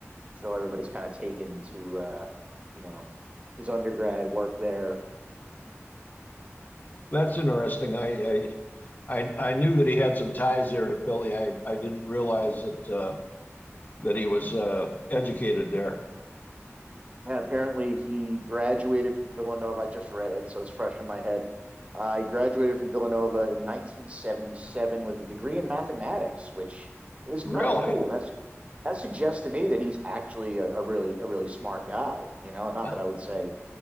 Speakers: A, on the right; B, on the left.
A: so everybody's kind of taken to uh, you know his undergrad work there.
B: That's interesting. I I I, I knew that he had some ties there to Philly. I I didn't realize that uh, that he was uh, educated there.
A: And apparently, he graduated from Villanova. I just read it, so it's fresh in my head. Uh, he graduated from Villanova in 1977 with a degree in mathematics, which is kind
B: Really?
A: of cool. That's that suggests to me that he's actually a, a really a really smart guy. You know, not
B: Uh,
A: that I would say